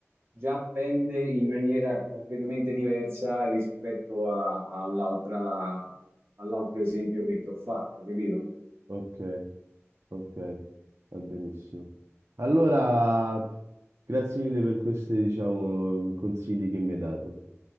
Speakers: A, on the right; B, on the right.
A: già pende in maniera completamente diversa rispetto a- all'altra- all'altro esempio che ti ho fatto, capito?
B: Ok, ok, va benissimo. Allora, grazie mille per questi, diciamo, consigli che mi hai dato.